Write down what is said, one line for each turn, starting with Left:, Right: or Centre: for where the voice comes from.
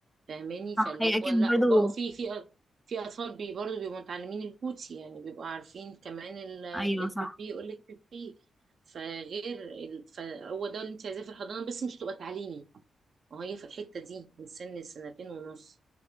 Right: فاهماني فاللي
Centre: صح هي اكيد
Right: هو لا
Centre: برضو
Right: بقى في في في اطفال بي برضه بيبقوا متعلمين البوتي يعني بيبقوا عارفين كمان ال-
Centre: ايوه
Right: البيبي
Centre: صح
Right: يقول لك بيبي فغير ال... فهو ده اللي انت عايزاه في الحضانه بس مش تبقى تعليمي وهي في الحته دي من سن سنتين ونص